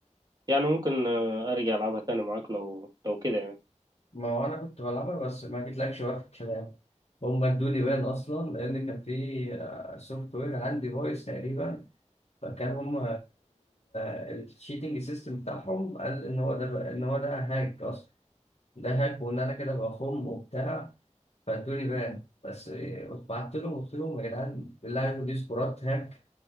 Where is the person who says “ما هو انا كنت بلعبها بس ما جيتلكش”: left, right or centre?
Left